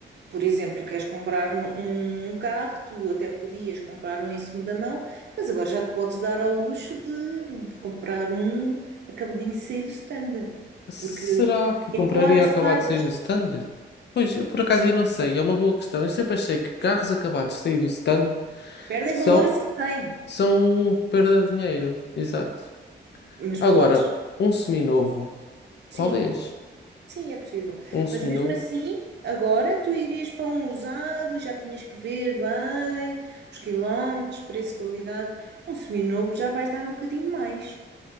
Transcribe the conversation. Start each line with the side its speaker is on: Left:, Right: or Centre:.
Right: por exemplo, tu queres comprar um, um carro, tu até podias comprar um em segunda mão, mas agora já te podes dar ao luxo de, de comprar um acabadinho de sair do stand.
Left: Será
Right: Porque,
Left: que compraria
Right: embora saibas,
Left: acabado de sair do stand? Pois, eu por acaso aí não sei, é uma boa questão. Eu sempre achei que carros acabados de sair do stand
Right: perdem
Left: são,
Right: valor assim que têm,
Left: são perda de dinheiro. Exato.
Right: mas
Left: Agora,
Right: podes.
Left: um seminovo,
Right: Sim,
Left: talvez.
Right: sim, é possível.
Left: Um seminovo,
Right: Mas mesmo assim, agora tu irias para um usado, já tinhas que ver bem os quilómetros, preço, qualidade. Um seminovo já vais dar um bocadinho mais.